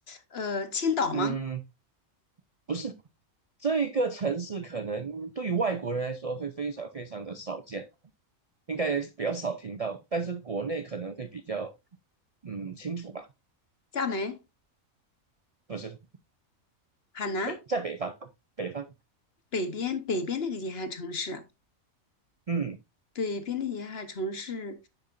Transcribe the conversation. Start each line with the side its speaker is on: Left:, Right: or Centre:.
Left: 呃，青岛吗？
Right: 嗯，不是，这个城市可能对于外国人来说会非常非常的少见，应该比较少听到，但是国内可能会比较嗯清楚吧，
Left: 厦门？
Right: 不是
Left: 海南
Right: 北在北方，北方，
Left: 北边北边那个沿海城市，
Right: 嗯
Left: 北边的沿海城市，